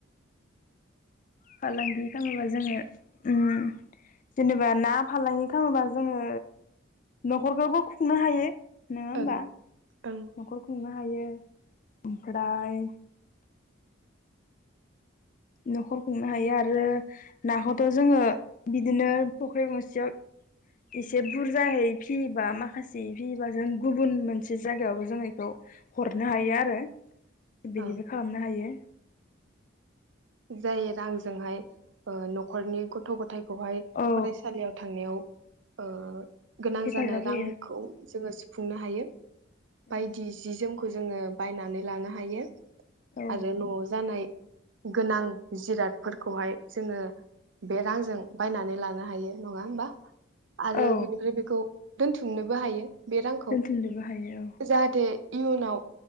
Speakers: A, on the left (about 40°); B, on the right (about 65°).
A: फालांगि खालामोबा जोङो उम- जेनेबा ना फालांगि खालामोबा जोङो नखरखौबो खुंनो हायो। नोङा होमबा
B: ओं ओं
A: नखर खुंना। हायो ओमफ्राय नखर खुंनो हायो आरो नाखौथ जोङो बिदिनो फख्रि गंसेयाव एसे बुरजायै फियोबा माखासे फियोबा जों गुबुन मोनसे जायगायावबो जों बेखौ हरनो हायो आरो। बिदिबो
B: ओं
A: खालामनो हायो।
B: जाय रांजोंहाय नखरनि गथ गथाइ खौहाय
A: औ
B: फरायसालियाव थांनायाव। ओ गोनां
A: हेफाजाब
B: जानाय रांखौ
A: होयो
B: जोङो सुफुंनो हायो
A: औ
B: बायदि जि जोम। खौ जोङो बायनानै लानो हायो।
A: औ
B: आरो नआव जानाय। गोनां जिरादफोरखौहाय जोङो बे रांजों बायनानै लानो हायो नङा होमबा। आरो
A: औ
B: बेनिख्रुय बेखौ दोनथुमनोबो हायो। बे रांखौ
A: दोनथुमनोबो हायो
B: जाहाथे इयुनाव